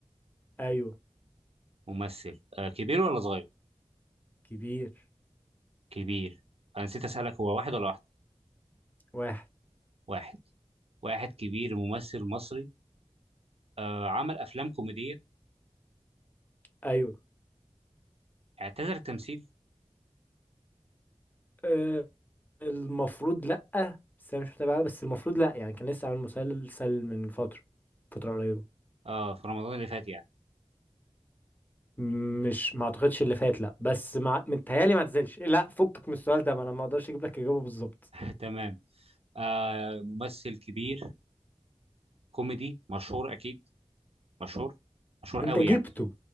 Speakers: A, on the left; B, on the right.
A: ايوه
B: ممثل آه كبير ولا صغير
A: كبير
B: كبير انا نسيت اسالك هو واحد ولا واحد
A: واحد
B: واحد واحد كبير ممثل مصري آه عمل افلام كوميديه
A: ايوه
B: اعتذر التمثيل
A: آه، المفروض لأ بس أنا مش متابع بس المفروض لأ يعني كان لسه عامل مسلسل من فترة فترة قريبة
B: اه في رمضان اللي فات يعني
A: مش ما اعتقدش اللي فات لأ بس مع... متهيألي ما تزلش لأ فكك من السؤال ده ما أنا ما أقدرش أجيب لك إجابة بالظبط
B: <laughs> تمام آه ممثل كبير كوميدي مشهور اكيد مشهور مشهور
A: أنت
B: قوي
A: جبته
B: يعني